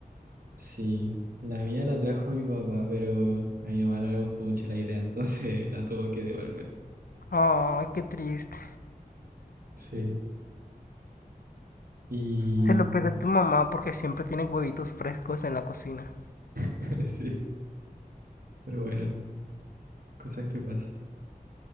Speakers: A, on the right (about 75°); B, on the left (about 70°).
A: Sí, la mía la trajo mi papá, pero a mi mamá no le gustó mucho la idea, entonces <laughs> la tuvo que devolver.
B: Ay, qué triste.
A: Sí, y
B: Se lo pierde tu mamá porque siempre tiene huevitos frescos en la cocina.
A: <laughs> sí, pero bueno, cosas que pasan.